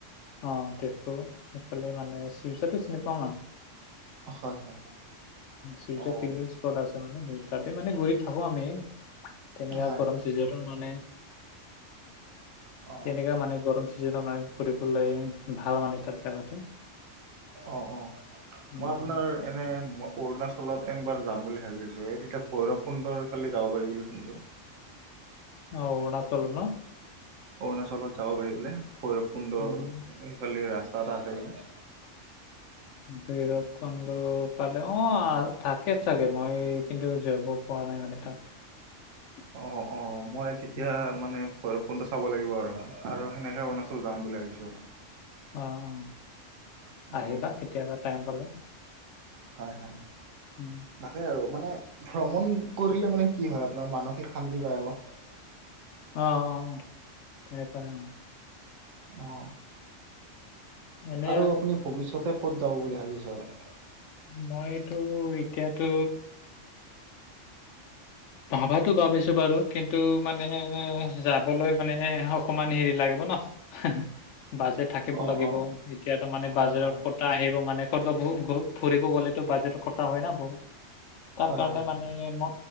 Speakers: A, on the left; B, on the right.
A: অ তেজপুৰ এইফালে মানে চিউজাটো চিনি পাওঁ মানে-
B: হয় হয়।
A: শিৱজা
B: অ।
A: পিকনিকৰ। আছে মানে স তাতে মানে ঘুৰি থাকো আমি তেনেকা
B: হয়
A: গৰম মানে
B: অ
A: তেনেকা মানে গৰম চিজিনত মানে- বলে ভাল মানে তাত জাগাটো
B: অঁ অঁ
A: উম
B: মই আপোনাৰ- এনেই মই অৰুণাচলত এনবাৰ যাম বুলি ভাবি আছোঁ এই তেতিয়া ভৈৰৱকুণ্ডৰ ফালি যাব পাৰি বুলি শুনিছোঁ।
A: অহ অৰুণাচল ন
B: অৰুণাচলত যাব পাৰি বোলে ভৈৰৱকুণ্ডৰ
A: উম
B: সেইফালি ৰাস্তা এটা আছে বোলে।
A: ভৈৰৱকুণ্ডত পালে অ থাকে চাগে মই কিন্তু জ হোৱা নাই মানে তাত-
B: অঁ অঁ মই তেতিয়া
A: উম,
B: মানে ভৈৰৱকুণ্ডত চাব লাগিব আৰু সেনেকে অৰুণাচল যাম বুলি ভাবিছো আৰু-
A: অ অ
B: অ',
A: আহিবা কেতিয়াবা টাইম পালে।
B: হয় হয়।
A: উম,
B: তাকে আৰু মানে ভ্ৰমণ কৰিলে মানে কি হয় আপোনাৰ মানসিক শান্তি পায় অলপ।
A: অঁ অঁ অঁ তেনেকৈয়ে অঁ
B: অহ
A: এনে
B: আৰু আপুনি ভৱিষ্যতে ক'ত যাব বুলি ভাবিছে আৰু।
A: মইতো এতিয়াতো ভবাতো ভাবিছো বাৰু কিন্তু মানে যাবলৈ মানে অকমান হেৰি লাগিব ন। হে বাজেট থাকিব
B: অ',
A: লাগিব
B: অ',
A: এতিয়া তো মানে
B: হয়,
A: বাজেটৰ
B: হয়,
A: ক'ত কথা আহিব মানে, ক'ত বা <unintelligible> ফুৰিব গলেতো বাজেট কথা হয় না বহুত। তাৰ
B: হয়,
A: কাৰণে
B: হয়,
A: মানে ম